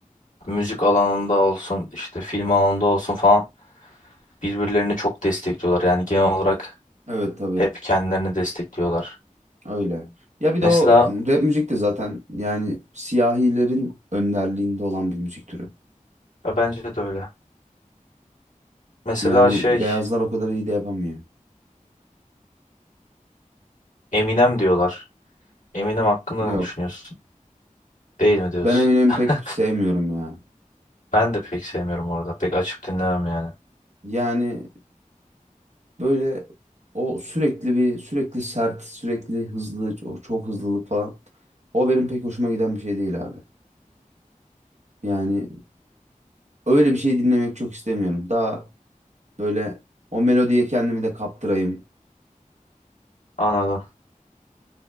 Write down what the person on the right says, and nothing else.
Evet tabii
öyle. Ya bir
de o rap müzik de zaten yani siyahilerin önderliğinde olan bir müzik türü.
Yani
beyazlar o kadar iyi de yapamıyor.
Yok.
Ben Eminem'i
pek sevmiyorum ya.
Yani böyle o sürekli bir sürekli sert, sürekli hızlı, o çok hızlılık falan. O benim pek hoşuma giden bir şey değil abi. Yani öyle bir şey dinlemek çok istemiyorum. Daha böyle o melodiye kendimi de kaptırayım.